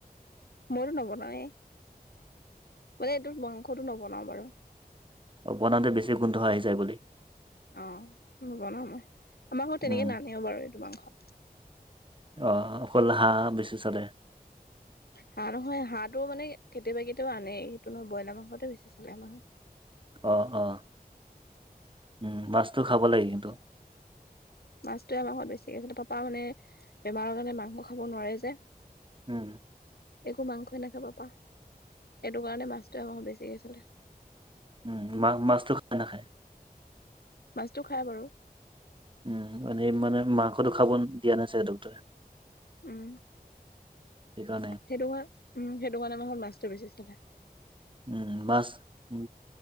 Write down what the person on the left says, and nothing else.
মইতো নবনাওয়ে মানে এইটোত মাংসটো নবনাও বাৰু
অ নবনাও মই আমাৰ ঘৰত
তেনেকে নানেও বাৰু এইটো মাংস
হাঁহ নহয় হাঁহটো মানে কেতিয়াবা কেতিয়াবা আনে সেইটো নহয় ব্ৰইলাৰ মাংস টোৱে বেছি চালে আমাৰ ঘৰত
মাছটোৱে আমাৰ বেছিকে চলে পাপা মানে বেমাৰৰ কাৰণে মাংস খাব নোৱাৰে যে
একো মাংসই নাখাই পা এইটো কাৰণে মাছটোৱে আমাৰ বেছিকে চালে
মাছতো খাই বাৰু
উম
সেইটো ঘৰ উম সেইটো কাৰণে আমাৰ ঘৰত মাছটো বেছি চলে